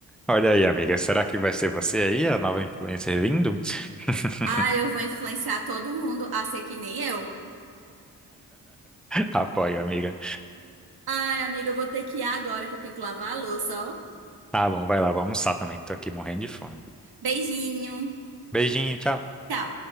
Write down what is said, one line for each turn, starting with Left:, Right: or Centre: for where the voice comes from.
Centre: Olha aí, amiga. Será que vai ser você aí, a nova influencer vindo? <laughs>
Right: Ah, eu vou influenciar todo mundo a ser que nem eu.
Centre: Apoio, amiga.
Right: Ai, amiga, eu vou ter que ir agora que eu tenho que lavar a louça, ó.
Centre: Tá bom, vai lá, vou almoçar também, que tô aqui morrendo de fome.
Right: Beijinho.
Centre: Beijinho, tchau.
Right: Tchau.